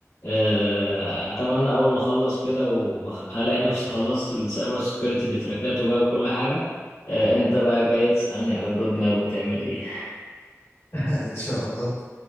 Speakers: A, on the left; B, on the left.
A: آه، أتمنى أول ما أخلص كده وألاقي نفسي خلصت السايبر سيكيورتي بتركاته بقى بكل حاجة آه، انت بقى جاي تسألني على الرود ماب وتعمل ايه؟
B: <laughs> ان شاء الله